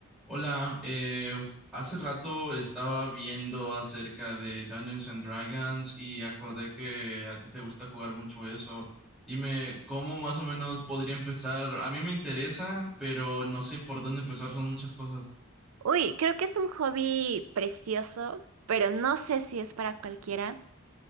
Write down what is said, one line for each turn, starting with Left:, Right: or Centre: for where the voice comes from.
Centre: Hola, eh, hace rato estaba viendo acerca de Dungeons and Dragons y acordé que a ti te gusta jugar mucho eso. Dime, ¿cómo más o menos podría empezar? A mí me interesa, pero no sé por dónde empezar, son muchas cosas.
Right: Uy, creo que es un hobby precioso, pero no sé si es para cualquiera,